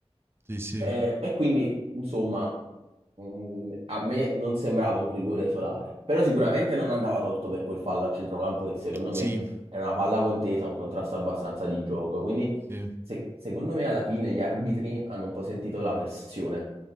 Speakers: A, on the right; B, on the right.
A: sì, sì.
B: E, e quindi, insomma... Mm, A me non sembrava un rigore solare, però sicuramente non andava tolto per quel fallo a centrocampo che secondo
A: Sì,
B: me era una palla contesa, un contrasto abbastanza di gioco. Quindi
A: sì.
B: se- secondo me alla fine gli arbitri hanno un po' sentito la pressione.